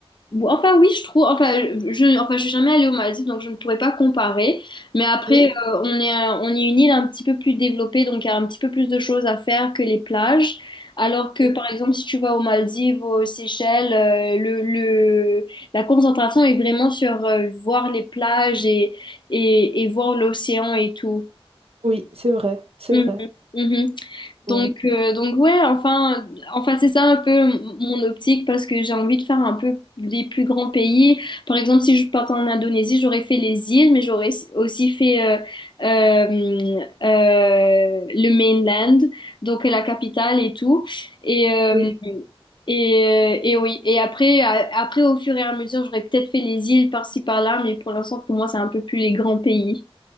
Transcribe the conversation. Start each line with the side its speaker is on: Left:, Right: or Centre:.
Left: Ou- Enfin oui, je trouve. Enfin, je, enfin, je suis jamais allée aux Maldives, donc je ne pourrais pas comparer. Mais après,
Right: Oui,
Left: euh, on est, euh, on est une île un petit peu plus développée, donc il y a un petit peu plus de choses à faire que les plages. Alors que,
Right: oui.
Left: par exemple, si tu vas aux Maldives, aux Seychelles, euh, le, le, la concentration est vraiment sur euh, voir les plages et, et, et voir l'océan et tout.
Right: Oui, c'est vrai, c'est
Left: Mhm,
Right: vrai.
Left: mhm. Donc,
Right: Ouais.
Left: euh, donc ouais, enfin, enfin c'est ça un peu m- mon optique parce que j'ai envie de faire un peu les plus grands pays. Par exemple, si je partais en Indonésie, j'aurais fait les îles, mais j'aurais s- aussi fait euh, euh, euh, le mainland, donc la capitale et tout. Et, euh,
Right: Oui.
Left: et, euh, et oui, et après, à- après, au fur et à mesure, j'aurais peut-être fait les îles par-ci par-là, mais pour l'instant, pour moi, c'est un peu plus les grands pays.